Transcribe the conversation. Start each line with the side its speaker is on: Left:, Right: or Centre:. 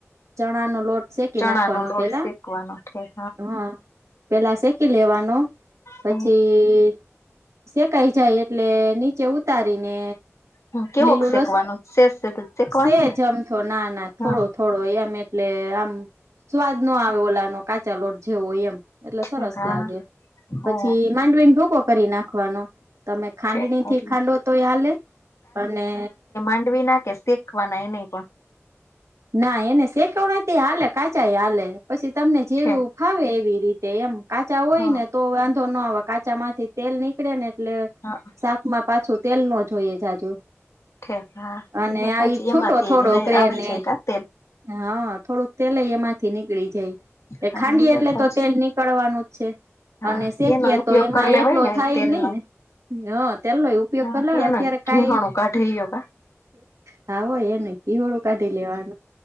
Right: ચણા નો લોટ શેકી
Left: ચણા
Right: નાખવાનું
Left: નો લોટ
Right: પેલા
Left: શેકવાનો ઠેક
Right: હા પેલા શેકી લેવાનો પછી
Left: હ
Right: શેકાઈ જાય એટલે નીચે ઉતારીને
Left: હ કેવોક
Right: લીલું
Left: શેકવાનો
Right: લસ
Left: શેષ શેકવાનો
Right: સેજ
Left: ને
Right: અમથે ના ના થોડુક
Left: હા
Right: થોડો એમ એટલે આમ સ્વાદ ન આવે ઓલાનો કાચા લોટ જેવો એમ એટલે
Left: ઠીક
Right: સરસ
Left: હા
Right: લાગે પછી
Left: ઓ
Right: માંડવીને ભૂકકો કરી નાખ નાખવાનો તમે ખાંડણી
Left: ઠીક
Right: થી
Left: એટલે
Right: ખાંડો તોયે હાલેે અને
Left: ખાડવી ના કે સેકવાના એ નહીં પણ
Right: ના એને શેકવના થી હાલે કાચા યે હાલે પછી તમને જેવ
Left: ઠીક
Right: ફાવે એવી રીતે એમ કાચા હોય
Left: હા
Right: ને તો વાંધો ન આવે કાચા માંથી તેલ નીકળે ને એટલે
Left: હા.
Right: શાક માં પાછું તેલ નો જોઈએ જાજુ
Left: ઠીક હા
Right: અને
Left: એ વાત
Right: આવી
Left: હાચી
Right: છૂટો
Left: એમાંથી
Right: થોડોક
Left: લઈ
Right: રે ને
Left: <inaudible>
Right: હા થોડુંક તેલ એમાં એમાંથી નીકળી જાય એ
Left: હા
Right: ખાંડયે
Left: વાત
Right: એટલે
Left: હાચી
Right: તો તેલ એમાંથી નીકળવાનું જ છે.
Left: હા
Right: અને શેકીએ
Left: એનો ઉપયોગ
Right: તો એમાં
Left: કરી લેવાય
Right: એટલો
Left: ને
Right: થાય
Left: તેલનો
Right: ની ને હા તેલનો ઉપયોગ
Left: હા
Right: કર લો
Left: એનોય
Right: અત્યારે કઈ
Left: ઘીહણું કાઢી લ્યો કા
Right: હા હો એ નય હોળું કાઢી લેવાનું